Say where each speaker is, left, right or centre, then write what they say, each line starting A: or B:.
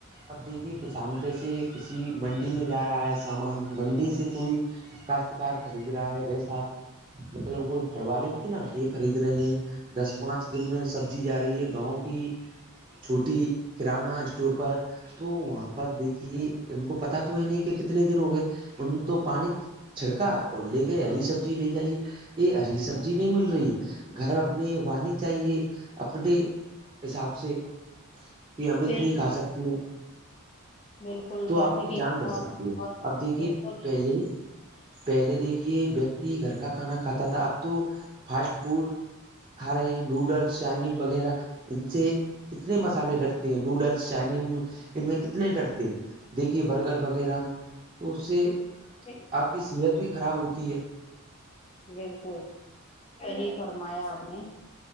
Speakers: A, on the right; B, on the left.
A: اب دیکھیے کسان پسے کسی منڈی میں جا رہا ہے سامان منڈی سے کوئی کاشتکار خرید رہا ہے ویسا مطلب کوئی پھڑ والے ہوتے نا یہ خرید رہے ہیں دس پانچ دن میں سبزی جا رہی ہے گاؤں کی چھوٹی کرانہ اسٹور پر تو وہاں پر دیکھیے ان کو پتا تو ہے نہیں کہ کتنے دن ہو گئے ان تو پانی چھڑکا اور لے گئے ہری سبزی لے جائیے یہ ہری سبزی نہیں مل رہی ہے گھر اپنی اگانی چاہیے اپنے حساب سے کہ ہم اتنی
B: بالکل
A: کھا سکتے ہیں
B: بالکل
A: تو
B: ویسے
A: آپ کی
B: بھی
A: جان
B: ابھی
A: بچ
B: موسم
A: سکتی ہے
B: بہت
A: اب دیکھیے
B: بالکل
A: پہلے پہلے دیکھیے ویکتی گھر کا کھانا کھاتا تھا اب تو فاسٹ فوڈ کھا رہے ہیں نوڈلس چائمین وغیرہ ان سے کتنے مسالے ڈٹتے ہیں نوڈلس چامین ان میں کتنے ڈرتے ہیں دیکھیے برگر وغیرہ میں تو اس سے
B: جی
A: آپ کی صحت بھی خراب ہوتی ہے
B: بالکل صی فرمایا آپ نے